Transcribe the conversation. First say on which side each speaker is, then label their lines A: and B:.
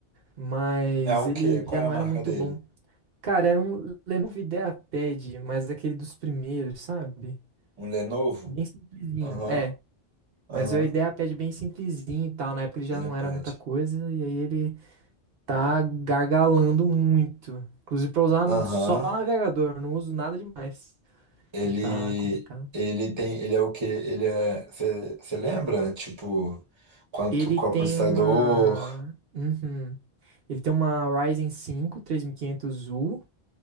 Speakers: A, on the right; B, on the right.
A: mas
B: É o
A: ele
B: quê? Qual
A: já
B: é
A: não
B: a marca
A: era muito
B: dele?
A: bom. Cara, era um Lenovo IdeaPad, mas aquele dos primeiros, sabe?
B: Um Lenovo?
A: Bem simplesinho.
B: Aham,
A: É. Mas
B: aham.
A: a ideia pede bem simplesinho e tal. Na época ele já
B: De
A: não
B: repente.
A: era muita coisa, e aí ele tá gargalando muito. Inclusive pra usar
B: Aham.
A: só navegador, eu não uso nada demais.
B: Ele,
A: Tá tá complicado.
B: ele tem, ele é o quê? Ele é, você lembra? Tipo, quanto,
A: Ele
B: qual
A: tem
B: processador?
A: uma. Uhum. Ele tem uma Ryzen 5 3500U